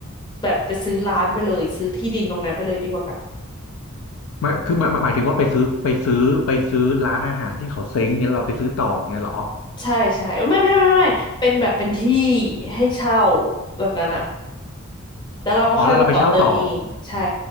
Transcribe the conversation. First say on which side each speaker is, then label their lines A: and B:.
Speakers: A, on the left (about 20°); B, on the left (about 80°).
A: แบบไปซื้อร้านไปเลยซื้อที่ดินตรงนั้นไปเลยดีกว่ากัน
B: ไม่คือหมายหมายถึงว่าไปซื้อไปซื้อไปซื้อร้านอาหารที่เขาเซ้งเนี่ยเราไปซื้อต่อเงี้ยเหรอ
A: ใช่ใช่เอ้ยไม่ไม่ไม่ไม่ไม่เป็นแบบเป็นที่ให้เช่าแบบนั้นอะแล้วเราก็ค่อยมาต่อเติมเองใช่
B: อ๋อแล้วเราไปเช่าต่อ